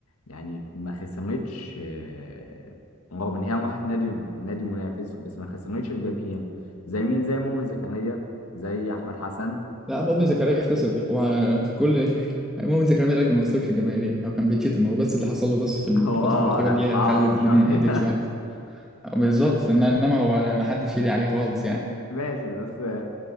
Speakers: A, on the left; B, in the centre.
A: يعني ما خسرتش آه، رغم ان هي راحت نادي نادي منافس بس ما خسرتش الجماهير زي مين زي مؤمن زكريا زي احمد حسن
B: لا مؤمن زكريا خسر وكل <laughs> مؤمن زكريا لكن ما خسرش الجماهيرية او كان بيتشتم هو بس اللي حصل له بس
A: <laughs>
B: في الفترة
A: هو اه
B: الأخيرة دي
A: التعاطف
B: هي اللي خلت الدنيا
A: شويه
B: هديت شوية بالظبط إن- انما هو ما حدش يدي عليه خالص يعني
A: <laughs> ماشي بس آه،